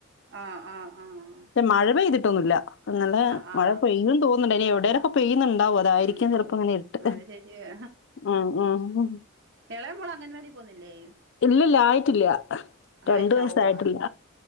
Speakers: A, on the right; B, on the left.
A: ആഹ് ആഹ് ആഹ് ആഹ്
B: പക്ഷെ മഴ പെയ്തിട്ടൊന്നുല്ലാ ഇന്നലെ
A: ആഹ്
B: മഴ പെയ്യൂന്ന് തോൻന്ണ്ട് എനി എവിടെലൊക്കെ പെയ്യുന്നുണ്ടാവും അത് അതായിരിക്കും
A: ഉണ്ടാവും
B: ചെലപ്പോ ഇങ്ങനെ ഇര്ട്ട്
A: അത് ശരിയാ
B: ഉം ഉം ഉം
A: എളയ മോള് അംഗൻവാടി പോന്നില്ലേ?
B: ഇല്ലല്ല ആയിട്ടില്ല രണ്ടു
A: ആയി <unintelligible>
B: വയസ്സായിട്ടില്ല